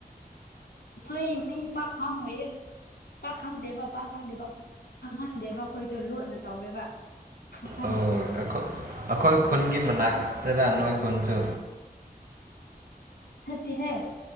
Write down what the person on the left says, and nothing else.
ꯅꯣꯏ ꯃꯤ ꯄꯥꯛ ꯈꯥꯡꯉꯣꯏꯌꯦ ꯄꯥꯛ ꯈꯪꯗꯦꯕ ꯄꯥꯛ ꯈꯪꯗꯦꯕ ꯈꯪꯍꯟꯗꯦꯕ ꯑꯩꯈꯣꯏꯗꯣ ꯂꯣꯠꯅ ꯇꯧꯋꯦꯕ ꯈꯪꯍꯟꯗꯦꯕ
ꯗꯤꯍꯦ